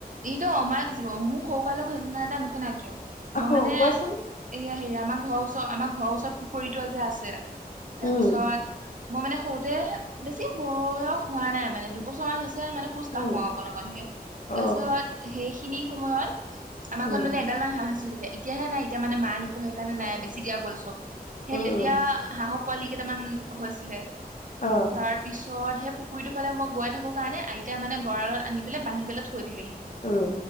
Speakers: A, on the right; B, on the left.
A: এইটো অমাত জীৱ। মোৰ সৰুকালৰ ঘটনা এটা নুশুনা কিয়? মই
B: আহ
A: মানে
B: কোৱাচোন
A: এইয়া হেৰি আমাৰ ঘৰৰ ওচৰত আমাৰ ঘৰৰ ওচৰত পুখুৰীটো যে আছে, তাৰপিছত
B: উম
A: মই মানে সৰুতে বেছি বয়স হোৱা নাই মানে দুবছৰ মান হৈছে। তেতিয়াই মানে খোজ
B: উম
A: কাঢ়ো অকণ অকণ কে।
B: অ
A: সেইখিনি সময়ত আমাৰ
B: উম
A: ঘৰত মানে এগালমান হাঁহ আছিল। এ এতিয়াহে নাই। এতিয়া মানে মায়ে নোপোহে কাৰণে নাই বেছি দিয়া গ'ল চ'ব। সেই
B: উম
A: তেতিয়া
B: উম
A: হাঁহৰ পোৱালি কেইটামান হৈছিলে।
B: অ
A: তাৰ পিছত সেই পুখুৰীটো ফালে মই গৈ থাকো কাৰণে আইতাই মানে গঁৰালত আনি পেলাই বান্ধি পেলাই থৈ দিলেহি।
B: উম